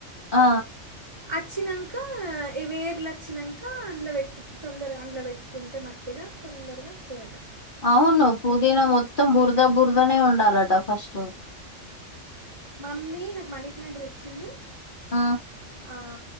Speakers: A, on the left; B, on the right.
A: అ
B: అచ్చినంక వేర్లు వచ్చినంక అందులో పెట్టుకు తొందరగా అందులో పెట్టుకుంటే మట్టి ఇలా తొందరగా వస్తదట
A: అవును పుదీనా మొత్తం బుర్ద బుర్దానే ఉండాలట ఫస్టు
B: మమ్మీ నాకు మనీ ప్లాంట్ తెచ్చింది
A: ఆ
B: ఆ,